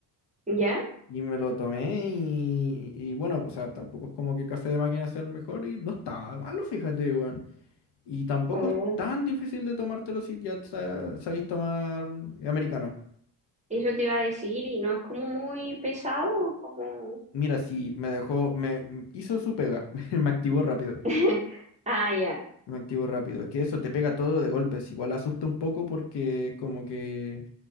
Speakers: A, on the right (about 20°); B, on the left (about 85°).
A: ¿Ya?
B: Y me lo tomé y, y bueno, pues, o sea, tampoco es como que café de máquina sea el mejor y no estaba malo, fíjate, weón. Y tampoco
A: Oh,
B: es tan difícil de tomártelo si ya sa- sabéis tomar americano.
A: eso te iba a decir y no es como muy pesado, como...
B: Mira, sí, me dejó, me hizo su pega, <laughs> me activó rápido.
A: <laughs> Ah, ya,
B: Me activo rápido. Es que eso te pega todo de golpes. Igual asusta un poco porque es como que